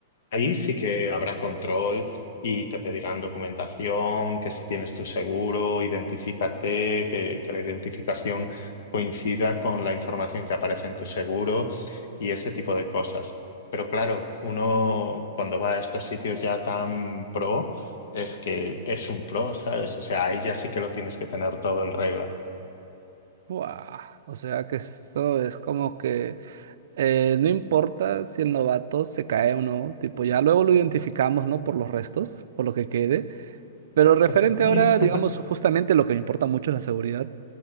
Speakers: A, on the left (about 65°); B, on the right (about 70°).
A: Ahí sí que habrá control y te pedirán documentación, que si tienes tu seguro, identifícate, que, que la identificación coincida con la información que aparece en tu seguro y ese tipo de cosas. Pero claro, uno cuando va a estos sitios ya tan pro, es que es un pro, ¿sabes? O sea, ahí ya sí que lo tienes que tener todo en regla.
B: buah. O sea que esto es como que eh, no importa si el novato se cae o no, tipo ya luego lo identificamos, ¿no? Por los restos, por lo que quede. Pero referente
A: <laughs>
B: ahora, digamos,
A: Ay,
B: justamente lo que me importa mucho es la seguridad.